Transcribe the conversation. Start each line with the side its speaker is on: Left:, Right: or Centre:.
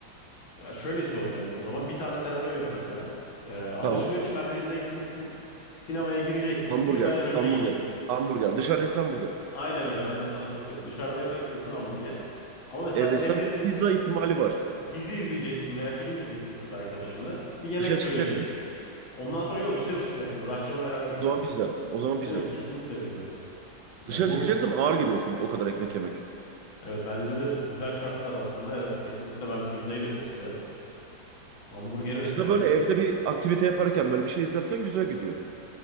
Left: e, şöyle soracağım. O zaman bir tane senaryo vereceğim sana. E, alışveriş
Right: Tamam.
Left: merkezine gitmişsin. Sinemaya gireceksin.
Right: Hamburger,
Left: Girmeden önce
Right: hamburger,
Left: yiyeceksin.
Right: hamburger. Dışarıda yesem hamburger.
Left: Aynen öyle. Ben de sana katıyorum. Dışarıdaysak kesin hamburger. Ama mesela
Right: Evde
Left: evdesin.
Right: yesem pizza ihtimali var.
Left: Dizi izleyeceksin veya film izleyeceksin kız arkadaşınla. Bir yemek
Right: Dışarı
Left: söyleyeceksiniz.
Right: çıkacak mıyız?
Left: Ondan sonra yok dışarı çıkmayacaksınız. Akşamı beraber geçireceksiniz.
Right: O zaman pizza. O zaman
Left: Değil
Right: pizza.
Left: mi? Kesinlikle pizza. Ya
Right: Dışarı
Left: bu
Right: çıkacaksam ağır geliyor çünkü o kadar ekmek yemek.
Left: Evet bence de güzel şartlar altında evet kesinlikle ben pizzayı da çok severim. Hamburgeri de
Right: Pizza
Left: severim.
Right: böyle evde bir aktivite yaparken böyle bir şey izlerken güzel gidiyor.